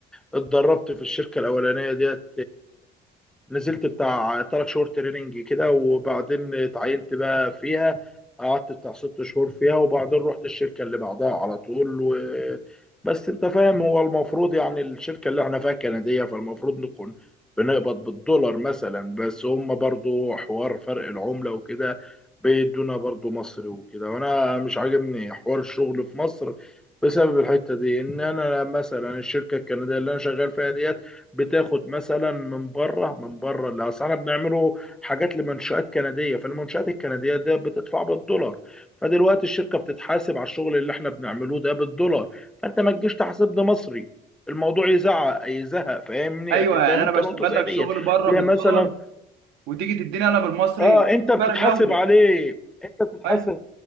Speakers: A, in the centre; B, on the right.
A: اتدربت في الشركة الأولانية ديت نزلت بتاع تلات شهور تريننج كده وبعدين اتعينت بقى فيها قعدت بتاع ست شهور فيها وبعدين رحت الشركة اللي بعدها على طول و... بس انت فاهم هو المفروض يعني الشركة اللي احنا فيها كندية فالمفروض نكون بنقبض بالدولار مثلا بس هم برضو حوار فرق العملة وكده بيدونا برضو مصري وكده وانا مش عاجبني حوار الشغل في مصر بسبب الحتة دي ان انا مثلا الشركة الكندية اللي انا شغال فيها دي بتاخد مثلا من بره من بره اللي اصل احنا بنعمله حاجات لمنشآت كنديه فالمنشآت الكنديه ده بتدفع بالدولار فدلوقتي الشركه بتتحاسب على الشغل اللي احنا بنعمله ده بالدولار فانت ما تجيش تحاسبني مصري الموضوع يزعق يزهق فاهمني
B: ايوه
A: اكيد
B: يعني
A: فاهم
B: انا
A: انت
B: بشتغل
A: نقطه زي
B: لك
A: ديت
B: شغل بره
A: زي
B: بالدولار
A: مثلا
B: وتيجي تديني انا بالمصري
A: اه انت
B: في
A: بتتحاسب
B: فرق جوده
A: عليه انت بتتحاسب
B: اي